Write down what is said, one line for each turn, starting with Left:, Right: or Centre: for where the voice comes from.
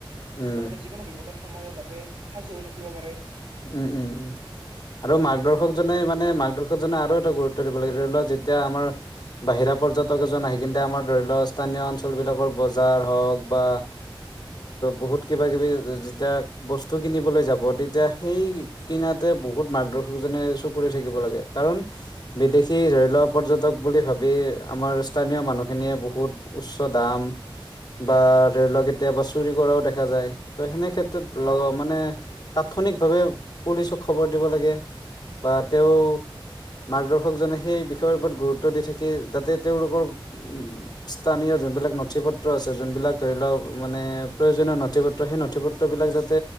Left: উম
Right: লগতে যিকোনো বিপদৰ- সময়ত যাতে সাজু হৈ থাকিব পাৰে।
Left: উম, উম, উম আৰু মাৰ্দৰ্শকজনে
Right: এনেকুৱাকৈ
Left: মানে, মাৰ্দৰ্শকজনে আৰু এটা গুৰুত্ব- দিব লাগে। ধৰি লওঁ যেতিয়া আমাৰ বাহিৰা পৰ্যটক এজন আহি কিনি তে' আমাৰ ধৰি লওঁক স্থানীয় অঞ্চল বিলাকৰ বজাৰ হওঁক বা বহুত কিবা-কিবি। যেতিয়া বস্তু কিনিবলৈ যাব, তেতিয়া- সেই খিনিতে বহুত মাৰ্গদৰ্শক জনে চকু দি থাকিব লাগে। কাৰণ বিদেশী ধৰি লওঁক, পৰ্যটক বুলি ভাবি আমাৰ স্থানীয় মানুহখিনিয়ে বহুত উচ্চ দাম বা ধৰি লওঁক কেতিয়াবা চুৰি কৰাওঁ দেখা যায়। ত' সেনেকোৱা ক্ষেত্ৰত-
Right: হয়
Left: মানে
Right: তেখেতে
Left: তাৎক্ষণিক- াৱে পুলিচক খবৰ দিব লাগে। বা' তেওঁ মাৰ্গদৰ্শকজনে সেই বিষয়ৰ ওপৰত গুৰুত্ব দি থাকি যাতে তেওঁলোকৰ স্থানীয় যোনবিলাক নথি পত্ৰ আছে। যোনবিলাক ধৰি লওঁক মানে প্ৰয়োজনীয় নথি পত্ৰ, সেই নথি পত্ৰবিলাক যাতে